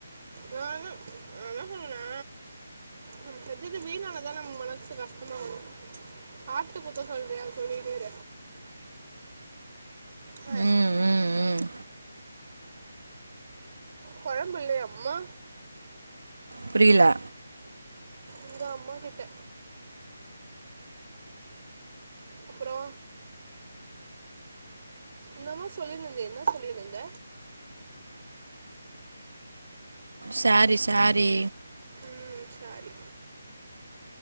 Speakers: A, on the right (about 40°); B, on the right (about 65°).
A: நானு‌நா என்ன சொல்றேன்னா நம்ம செஞ்சது வீணானதா நம்ம மனசு கஷ்டமாவு சாப்ட்டு குத்த சொல்றியா சொல்லி வேற ஆ
B: ம் ம் ம்
A: கொழம்பு இல்லையா அம்மா
B: புரியில
A: எங்க அம்மாக்கிட்ட அப்புறோ என்னமோ சொல்லின்னுருந்தியே என்ன சொல்லின்னுருந்த
B: சாரி சாரி
A: ம் சாரி